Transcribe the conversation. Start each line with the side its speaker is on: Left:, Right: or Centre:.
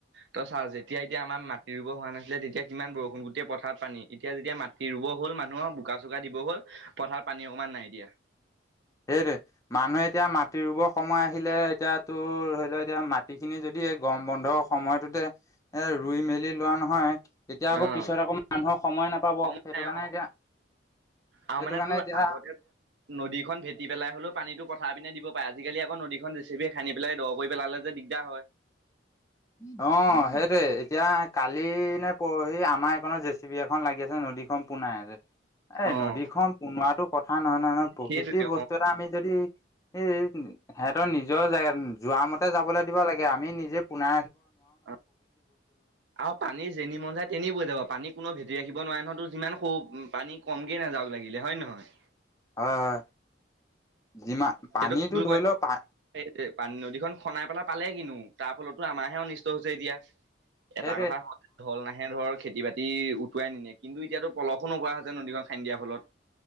Right: ত চা যেতিয়া এতিয়া আমাৰ মাটিৰ হোৱা নাছিলে তেতিয়া কিমান বৰষুণ গোটেই পথাৰত পানী। এতিয়া যেতিয়া মাটি ৰুব হ'ল মানুহৰ, বোকা-চোকা দিব হ'ল। পথাৰত পানী অকমান নাই এতিয়া।
Left: সেইটোৱে মানুহে এতিয়া মাটি ৰুব সময় আহিলে এতিয়া তোৰ ধৰি লও এতিয়া মাটি খিনি যদি। কম বন্ধ সময়টোতে এ ৰুই মেলি লোৱা নহয়। তেতিয়া আকৌ
Right: অ',
Left: পিছত আকৌ মানুহৰ সময় নাপাব
Right: সময়
Left: সেইটো
Right: নাই
Left: কাৰণে
Right: অ',
Left: এতিয়া।
Right: আৰু
Left: সেইটো
Right: মানে
Left: কাৰণে
Right: তোৰ
Left: এতিয়া
Right: আগতে নদীখন ভেট- কাতি পেলাই হলেও পানীটো পথাৰ পিনে দিব পাৰে আজিকালি আকৌ নদীখন বেছিকৈ খানি পেলাই দ কৰি পেলালে যে দিগদাৰ হয়। <inaudible>
Left: অ, সেইটোৱে। এতিয়া কালি নে পৰ এই আমাৰ এইকনৰ জে চি বি এখন লাগি আছে, নদী খন পুনাই আছে। এই
Right: অ',
Left: নদীখন পোনোৱাটো কথা না নহয়, নহয়। প্ৰকৃতি
Right: সেইটোৱে
Left: বস্তু
Right: অ',
Left: এটা আমি যদি এই সেহঁতৰ নিজৰ জেগা যোৱা মতে যাবলৈ দিব লাগে। আমি নিজে পোনা
Right: অ আৰু পানীৰ যেনি মন যায় তেনি বৈ যাব। পানী কোনো ভেটি ৰাখিব দ নোৱাৰে ন। তোৰ যিমান সও পানী কমকে নাযাওক লাগিলে হয় নে নহয়?
Left: হয়, হয়। যিমান পানীটো
Right: সেইটো ভুল
Left: ধৰি
Right: কৰে
Left: লও পা
Right: <unintelligible> পানী নদীখন খনাই পেলাই পালে কিনো? তাৰ ফলত টো আমাৰহে অনিষ্ট হৈছে এতিয়া।
Left: সেইটোৱে
Right: এটা কথা হ ঢল নাহে ধৰ <unintelligible> খেতি-বাতি উটুৱাই নিনিয়ে। কিন্তু এতিয়াতো পলসো নোহোৱা হৈছে নদীখন খানি দিয়াৰ ফলত।